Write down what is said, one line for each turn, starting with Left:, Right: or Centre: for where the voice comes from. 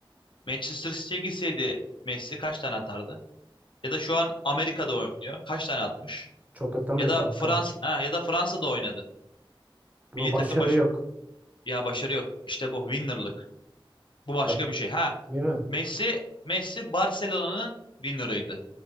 Left: Manchester City'ye gitseydi Messi kaç tane atardı? Ya da şu an Amerika'da oynuyor. Kaç tane atmış?
Right: Çok atamıyor
Left: Ya da
Right: kanka.
Left: Fransa ha, ya da Fransa'da oynadı.
Right: Bu
Left: Milli
Right: başarı
Left: takım baş
Right: yok.
Left: ya başarı yok. İşte bu winner'lık. Bu başka
Right: Ha,
Left: bir şey. Ha
Right: Değil mi?
Left: Messi Messi Barcelona'nın winner'ıydı.